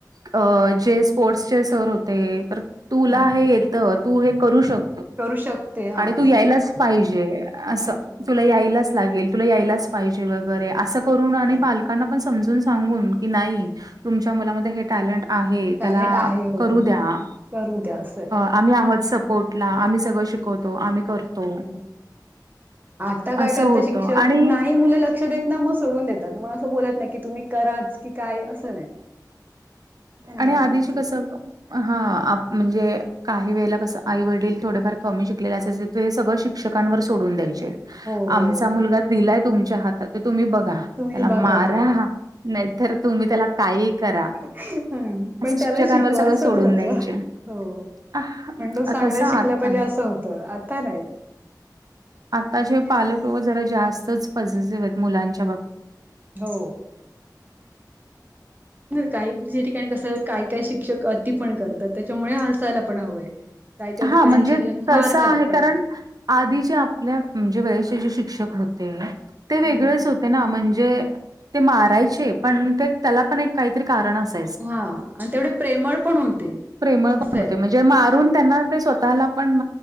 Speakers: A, on the right; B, on the right.
A: अ जे स्पोर्ट्सचे सर होते तर तुला
B: नाही
A: हे येतं तू हे करू शक
B: करू शकते हा
A: आणि तू
B: असं
A: यायलाच पाहिजे असं
B: हम्म
A: तुला यायलाच े तुला यायलाच पाहिजे वगैरे अस करून
B: हो
A: आणि पालकांना ण समजून सांगून की नाही तुमच्या मुमध्ये टॅलेंट आहे
B: टॅलेंट
A: त्याला
B: आहे हो
A: करू द्या
B: करू द्या असं आहे
A: आम्ही आहोत सपोर्टला आम्ही सगळं शिकवतो आम्ही करतो
B: हम्म आता काय
A: असं
B: करत
A: होतं
B: शिक्षक
A: आणि
B: नाही मुलं लक्ष देत मग सोडून देतात मग असं बलात नाही की तुम्ही कराच की काय असं नाही असं नाहीये
A: आणि आधीच
B: त्यांचं
A: कस हा म्हणजे काही वेळेला कसं आई वडील थोडेफार कमी शिकलेला अस ते सगळं शिक्षकांवर सोडून द्यायचे
B: हो
A: आमचा
B: हो
A: मुलगा दिलाय तुमच्या हात ते तुम्ही बघा त्याला
B: तुम्ही
A: मारा
B: बघा
A: नाही तर तुम्ही त्याला काही करा
B: ह पण
A: असं शिक्षकांवर
B: त्याला शिकवा
A: सगळं
B: असं
A: सोडून
B: पण होतं
A: द्यायचे.
B: हो
A: आह,
B: पण तो चांगला
A: तसं
B: शिकला
A: आता
B: पाहिजे असं होतं आता नाही
A: आताचेे
B: आणि
A: पालक लो जरा जास्तच पॉझिटिव्ह आहेत मुलांच्या बा
B: हो काही ठिकाणी कसं काय काय शिक्षक अति पण करतात त्याच्यामुळे अडसायला पण हवंय. काय काय
A: हा
B: ठिकाणी
A: म्हणजे
B: शिक्षक
A: तसं
B: मारतात
A: आहे
B: पण्.
A: कारण आधीचे आपल्या म्हणजे वेळेचे जे शिक्षक होते
B: हम्म
A: ते वेगळेच होते. ते ना म्हणजे ते मारायचे पण ते. प काहीत कारण अस
B: हा आणि तेवढे प्रेमळ पण होते
A: प्र.
B: असं आहे.
A: म्हणजे मारून त्यांना ते स्वतःला पण